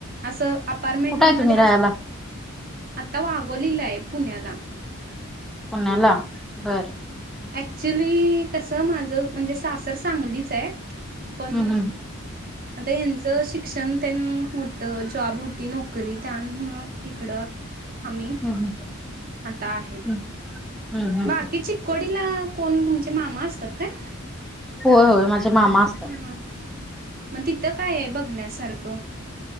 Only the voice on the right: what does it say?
अस अपारमेंट
मध्ये
आता वागोवलेलाय पुण्याला
ऍक्च्युली कसं माझं म्हणजे सासर सांगलीच आहे. पण.
आता ह्यांचं शिक्षण त्यां होतं जॉब होती नोकरी त्यांमु तिकडं. आम्ही
आता आहे
बाकीची चिको कोण तुमचे मामा असतात काय.
हा मग तिथं काय बघण्यासारखं.